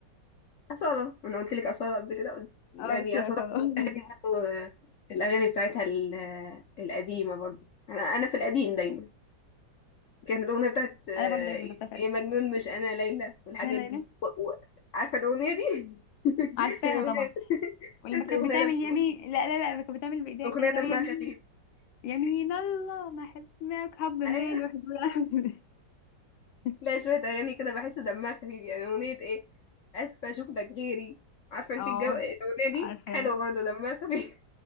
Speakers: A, on the left; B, on the left.
A: أصالة أنا قلت لك أصالة قبل كده قلت يعني
B: اه بس يا
A: أصالة
B: صلاة
A: أغاني
B: <laughs>
A: برضه آه، الأغاني بتاعتها ال- آه، القديمة برضه أنا أنا في القديم دايما كانت الأغنية بتاعت آه،
B: انا برضه زيك بالظبط أنا فعلا.
A: يا مجنون مش أنا ليلى والحاجات
B: يا ليلى
A: دي و... و... عارفة الأغنية دي؟ <laughs>
B: عارفاها
A: الأغنية
B: طبعا
A: دي
B: ولما
A: بس
B: كانت
A: أغنية
B: بتعمل
A: دم...
B: يمين لا لا لا لما كانت بتعمل بايديها
A: أغنية
B: كده
A: دمها
B: لو يمين
A: خفيف
B: يمين الله ما حسناك حب مال
A: أيوة
B: واحد ولا- <laughs>
A: لا شوية أغاني كده بحس دمها خفيف يعني أغنية إيه؟ أسفة أشوف لك غيري عارفة أنت
B: اه
A: الجو الأغنية دي
B: عارفاه
A: حلوة برضه دمها خفيف